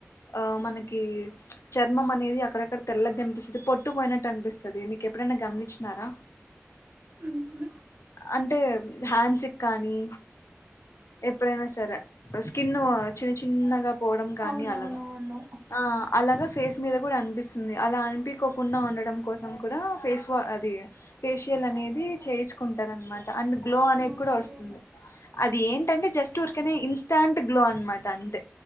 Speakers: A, on the left; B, on the right.
A: ఆ మనకి చర్మం అనేది అక్కడక్కడ తెల్లగ కనిపిస్సది పొట్టు పోయినట్టు అనిపిస్సది మీకెప్ ఎప్పుడన్నా గమనించినారా
B: ఉహు
A: అంటే హ్యాండ్స్ కానీ ఎప్పుడైనా సరే స్కిన్ చిన్న చిన్నగా పోవడం కానీ
B: అవునవునవును
A: అలాగా ఆ అలాగా ఫేస్ మీద కూడా అనిపిస్తుంది అలా అనిపికోకుండా ఉండడం కోసం కూడా ఫేస్ వా అది ఫేషియల్ అనేది చేయించుకుంటారు అనమా అండ్ గ్లో అనేది
B: ఓకే
A: కూడా వస్తుంది అది ఏం టే జస్ట్ స్ట్ ఊర్కనే ఇన్స్టాంట్ గ్లో అన్నమాట అంతే.